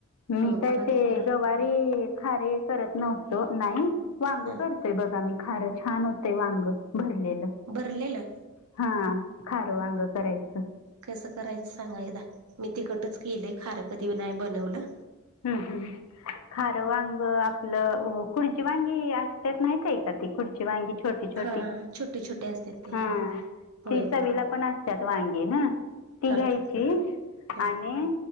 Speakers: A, on the left; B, on the right.
A: मी
B: हं
A: काय
B: बघा
A: ते
B: की करून
A: गवार <inaudible> खारे करत नव्हतो नाही वांग
B: हं
A: करतोय बघा मी खार छान होतेय वांग भरलेलं
B: भरलेलं
A: हा खार वांग करायचं
B: कसं करायचं सांगा एकदा मी तिकटच केलंय खारं कधी नाही बनवलं
A: हम्म हम् खार वांग आपलं अं खुर्ची वांगी <inaudible> असत माहित आहे का ती खुर्ची वांगी छोटी छोटी
B: हा छोटे, छोटे असतेात ते
A: हां.
B: होय
A: ती
B: होय
A: चवीला पण असतात वांगी ना, ती
B: हां
A: घ्यायची
B: हां हां
A: आणि